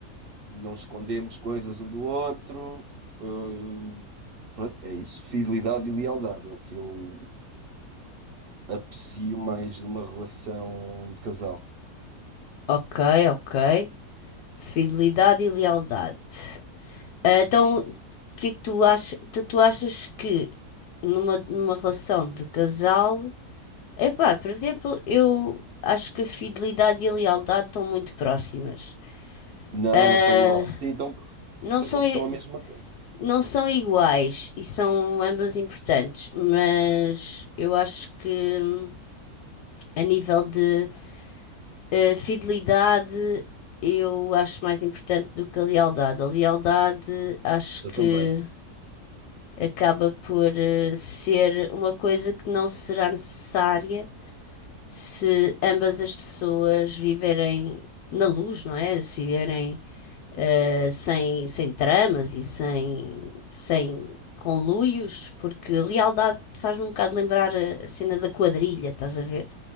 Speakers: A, on the right; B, on the left.
A: não escondemos coisas um do outro. uh, é isso, fidelidade e lealdade é o que eu aprecio mais numa relação de casal.
B: Ok, ok. Fidelidade e lealdade. Ah, Então, o que é que tu achas? Tu, tu achas que numa, numa relação de casal, epá, por exemplo, eu acho que a fidelidade e a lealdade estão muito próximas.
A: Não,
B: Ah,
A: não são igual. Sim, então,
B: não
A: mas
B: são,
A: não são
B: i-
A: a mesma coisa.
B: não são iguais e são ambas importantes, mas eu acho que hum, a nível de ah, fidelidade, eu acho mais importante do que a lealdade. A lealdade, acho
A: Eu
B: que.
A: também.
B: acaba por eh, ser uma coisa que não será necessária se ambas as pessoas viverem na luz, não é? Se viverem eh, sem, sem tramas e sem, sem conluios, porque a lealdade faz-me um bocado lembrar a a cena da quadrilha, estás a ver?